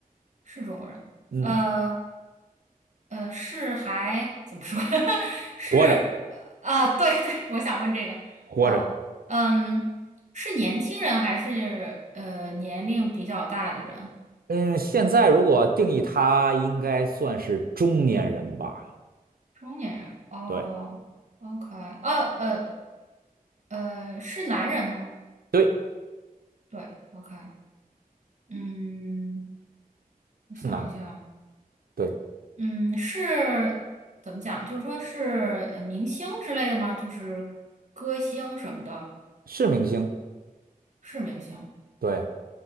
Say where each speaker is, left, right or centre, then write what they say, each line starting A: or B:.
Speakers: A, on the right; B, on the right.
A: 是中国人。
B: 嗯，
A: 呃，呃，是还怎么说？<laughs> 是呃啊，
B: 活着。
A: 对对，我想问这个。
B: 活着。
A: 哦，嗯，是年轻人还是呃年龄比较大的人？
B: 嗯，现在如果定义他，应该算是中年人吧？
A: 中年人。哦哦，OK，
B: 对，
A: 呃呃呃，是男人吗？
B: 对，
A: 对，OK，嗯，我想一下，
B: 是男的对，
A: 嗯，是怎么讲？就是说是呃明星之类的吗？就是歌星什么的，
B: 是明星，
A: 是明星。
B: 对，